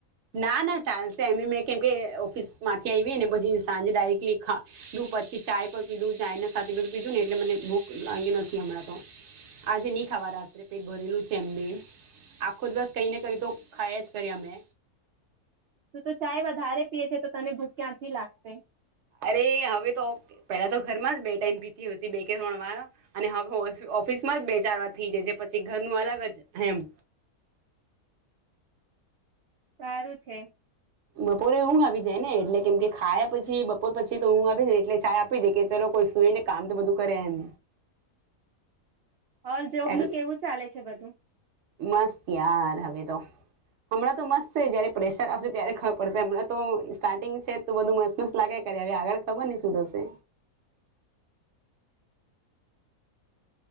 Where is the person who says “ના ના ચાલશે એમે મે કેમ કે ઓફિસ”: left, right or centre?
Right